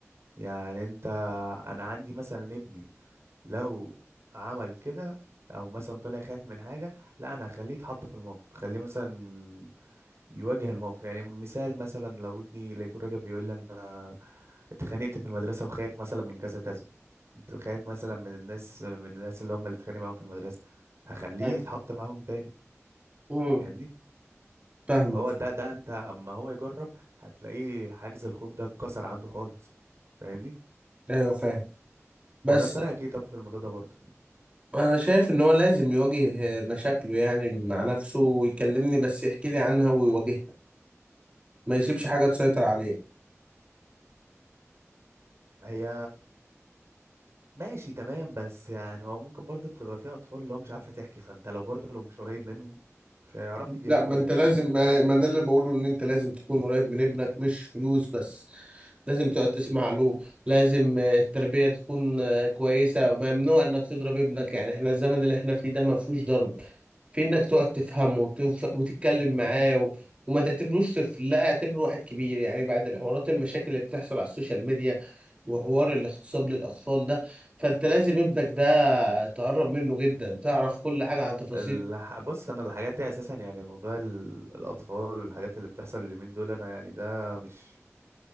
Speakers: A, on the right; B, on the right.
A: يعني انت انا عندي مثلا ابني لو عمل كده او مثلا طلع خايف من حاجة لا انا هخليه يتحط في الموقف خليه مثلا يواجه الموقف يعني مثال مثلا لو ابني لقيته راجع بيقول لي انا اتخانقت في المدرسة وخايف مثلا من كذا كذا كنت خايف مثلا من الناس من الناس اللي هم اللي اتخانق معاهم في المدرسة هخليه
B: ايوه
A: يتحط معاهم تاني
B: امم
A: فاهمني
B: فاهمك
A: هو ده ده انت اما هو يجرب هتلاقيه حاجز الخوف ده اتكسر عنده خالص فاهمني
B: ايوه فاهم بس
A: ولا انت رايك ايه طب في الموضوع ده برضه
B: انا شايف ان هو لازم يواجه مشاكله يعني مع نفسه ويكلمني بس يحكي لي عنها ويواجهها ما يسيبش حاجه تسيطر عليه
A: هي ماشي تمام بس يعني هو ممكن برضه بتبقى في اطفال اللي هو مش عارفه تحكي فانت لو برضه لو مش قريب منهم مش هيعرفوا يحكوا
B: لا ما
A: لك
B: انت لازم
A: فاهمني
B: ما ما ده اللي بقوله ان انت لازم تكون قريب من ابنك مش فلوس بس لازم تقعد تسمع له لازم آه، التربية تكون آه، كويسة ممنوع انك تضرب ابنك يعني احنا الزمن اللي احنا فيه ده ما فيهوش ضرب في انك تقعد تفهمه وتف... وتتكلم معاه و... وما تعتبروش طفل لا اعتبره واحد كبير يعني بعد الحوارات المشاكل اللي بتحصل على السوشيال ميديا وحوار الاغتصاب للاطفال ده فانت لازم ابنك ده تقرب منه جدا تعرف كل حاجة
A: <laughs>
B: عن تفاصيل
A: الح... بص انا الحاجات دي اساسا يعني موضوع ال- الاطفال والحاجات اللي بتحصل اليومين دول انا يعني ده مش